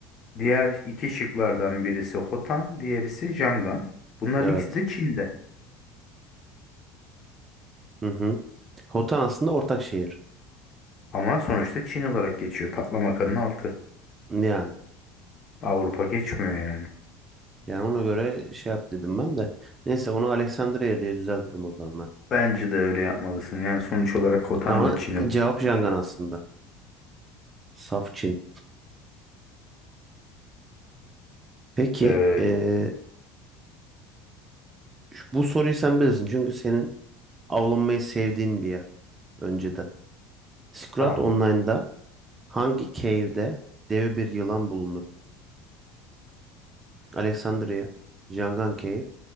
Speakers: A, on the left (about 40°); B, on the right (about 25°).
A: diğer iki şıklardan birisi Hotan, diğerisi Jangan. Bunların
B: Evet.
A: ikisi de Çin'de.
B: Hı hı. Hotan aslında ortak şehir.
A: Ama sonuçta Çin olarak geçiyor. Taklamakanın altı.
B: Yani.
A: Avrupa geçmiyor yani.
B: Yani ona göre şey yap dedim ben de. Neyse onu Aleksandria diye düzeltirim o zaman ben.
A: Bence de öyle yapmalısın. Yani sonuç olarak Hotan
B: Ama
A: da Çin olarak
B: cevap Jangan
A: geçiyor.
B: aslında. Saf Çin. Peki
A: Ee,
B: eee, şu- bu soruyu sen bilirsin çünkü senin avlanmayı sevdiğin bir yer önceden. Scrat
A: tamam.
B: Online'da hangi cave'de dev bir yılan bulunur? Alexandria, Jangan Cave,